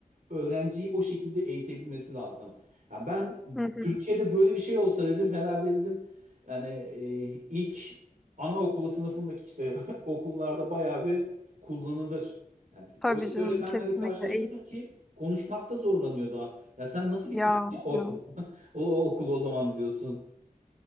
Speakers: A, on the right; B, in the centre.
A: öğrenciyi o şekilde eğitebilmesi lazım. Ya ben
B: Hı hı.
A: Türkiye'de böyle bir şey olsa dedim herhalde dedim yani e, ilk anaokulu sınıfındaki işte <laughs> okullarda bayağı bir kullanılır. Yani
B: Tabii
A: öyle bir
B: canım
A: öğretmenlerle
B: kesinlikle
A: karşılaşıyorsun
B: eğit.
A: ki konuşmakta zorlanıyor daha. Ya sen nasıl bitirdin
B: Ya
A: ya or-
B: ya.
A: <laughs> o, o okulu o zaman diyorsun.